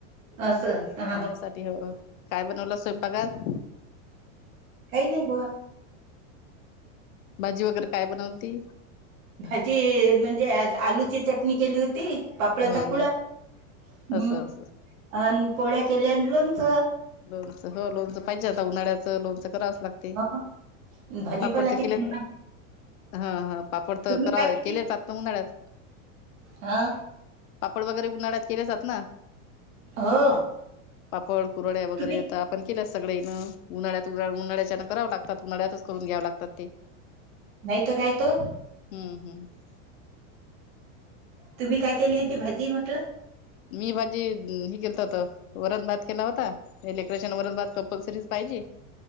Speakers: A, on the right; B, on the left.
A: अस हा
B: यासाठी हो काय बनवलं स्वयपाकात
A: काय नई बुवा
B: भाजी वगैरे काय बनवल ती
A: भाजी म्हणजे आज आलूची चटणी केली होती पापळाचा
B: हा
A: कुळा
B: हा
A: हम्
B: असं असं
A: अन पोळ्या केल्यान लोणच
B: लोनच हो लोनच पाहिजे आता उन्हाळ्याचं लोनच करा अस लागते
A: हो, भाजीपाला
B: पापड ते
A: किती
B: केले
A: महाग
B: हा हा पापड तर
A: तुम्ही
B: करा
A: काय केली
B: केलेत आता उन्हाळ्यात
A: हा
B: पापड वगैरे उन्हाळ्यात केलेच आत ना
A: हो
B: पापड कुरड्या वगैरे
A: तुम्ही
B: आता आपण केल्या सगळेण उन्हाळ्यात उन्हाळ उन्हाळ्याच्यांन कराव लागतात उन्हाळ्यातच करून घ्याव लागतात ते
A: नाहीत काय त
B: हम्म हम्म
A: तुम्ही काय केली होती भाजी म्हटलं
B: मी भाजी हे केलत होत वरण भात केला होता इलेक्ट्रेशिन वरण भात कंपल्सरी पाहि पायजी